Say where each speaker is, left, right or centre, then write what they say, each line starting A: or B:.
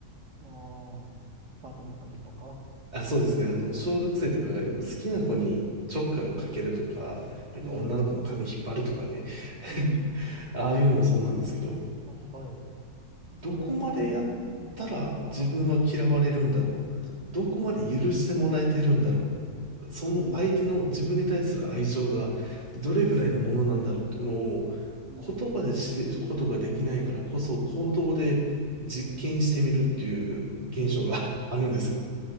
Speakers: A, on the right; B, on the right.
A: ああ、スカートめくりとか。
B: あ、そうですね。あの、小学生とかがよく好きな子にちょっかいをかけるとか、
A: うん
B: なんか女の子の髪引っ張るとかね。
A: うんうん。
B: <laughs> ああいうのもそうなんですけど、
A: あ、はい。それ、
B: どこまでやったら自分は嫌われるんだろう。
A: それ、んんあは、
B: どこまで許してもらえてるんだろう。その相手の自分に対する愛情がどれぐらいのものなんだろうっていうのを
A: うん、うん。
B: 言葉で知ることができないからこそ行動で実験してみるっていう現象が
A: うん
B: <laughs> あるんですよ。